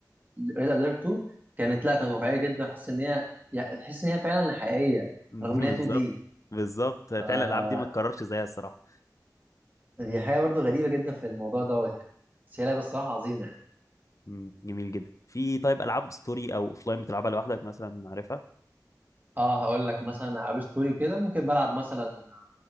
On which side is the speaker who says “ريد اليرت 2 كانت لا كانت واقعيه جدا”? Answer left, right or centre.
Right